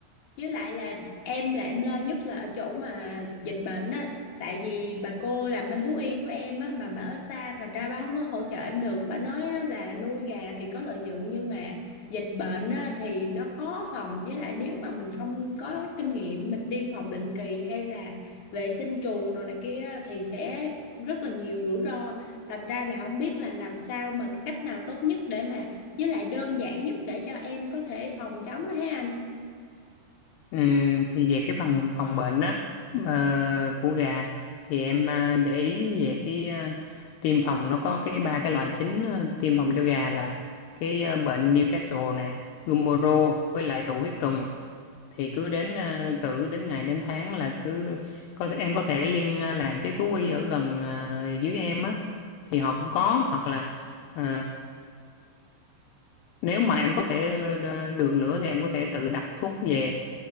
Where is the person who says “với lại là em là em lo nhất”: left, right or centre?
Left